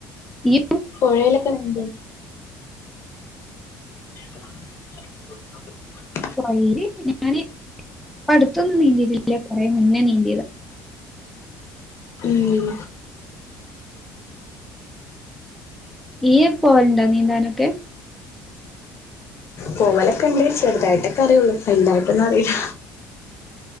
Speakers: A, in the centre; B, on the left.
A: ഈ
B: പുഴയിലൊക്കെ നീന്തോ അ
A: പുഴല് ഞാന് ഇപ്പടുത്തൊന്നും നീന്തീട്ടില്ല കുറെ മുന്നേ നീന്തിയതാ
B: ഉം
A: നീപോവലണ്ടോ നീന്താനൊക്കെ
B: പോവലൊക്കെ ഉണ്ട് ചെറുതായിട്ടൊക്കെ അറിയയുള്ളൂ വലുതായിട്ടൊന്നും അറിയില്ല